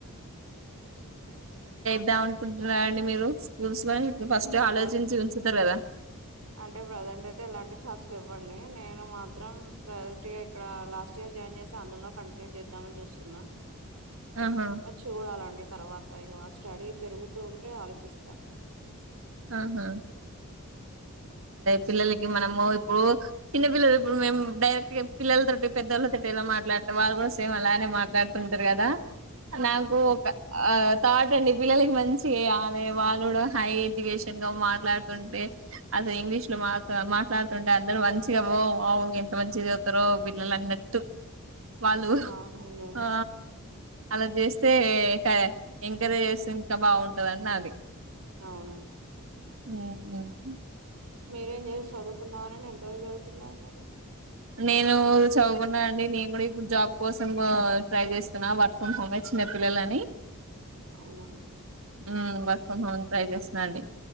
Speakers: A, on the right; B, on the right.
A: ఇద్దా అనుకుంటున్న అండి మీరు స్కూల్స్ ప్పు ఫస్ట్
B: ఉమ్
A: ఆలోచించి
B: ప్ర
A: ఉంచుతారు కదా
B: అంటే ప్రెజెంట్ అయితే ఎలాంటి థాట్స్ ఇవ్వ అండి నేను మాత్రం ప్ర అంటే ఇక్కడ లాస్ట్ ఇయర్ జాయిన్ చేస్త అందులో కంటిన్యూ చేద్దామని చూస్తున్నా.
A: ఆహా
B: వచ్చ డలాండి తర్వాత ఇంక మ స్టడీ పెరుగుతూ ఉంటే ఆలోచిస్తా.
A: ఆహా
B: ఉ
A: పిల్లలకి మనము ఇప్పుడు చిన్న పిల్లలు ఇప్పుడు మేము డైరెక్ట్ పిల్లలతో పెద్దళ్ళతో ఎలా మాట్లాడుత వాళ్ళు కూడా సేమ్ అలాగనే మాట్లాడుతుంటారు కదా. నాకు ఒక ఆ థటండి పిల్లలకి మంచి వేయాలి. వాళ్ళు కూడా హై ఎడ్యుకేషన్ గా మాట్లాడుతుంటే అసలు ఇంగ్లీష్ లో మా మాట్లాడుతుంటే అందరూ మంచిగా బో వావు ఎంత మంచి చదువుతారో పిల్లలున్నట్టు. వాళ్ళు
B: అవునండి
A: ఆ అలా చేస్తే ఇంకా ఎంకరేజ్ చేస్తే ఇంకా బాగుంటందిని నాది
B: అవును
A: హ <unintelligible>
B: మీరేం చేసి చదువుకున్నామని నేనె ఎ చదువుతున్నారు మరి
A: నేను చదువుకున్నా అండి నేను కూడా ఇప్పుడు జాబ్ కోసం ట్రై చేస్తున్నా, వర్క్ ఫ్రమ్ హోమే చిన్న పిల్లలని
B: అవునా
A: ఉ వర్క్
B: హ్మ్.
A: ఫ్రమ్ హోమ్ ట్రై చేసినండి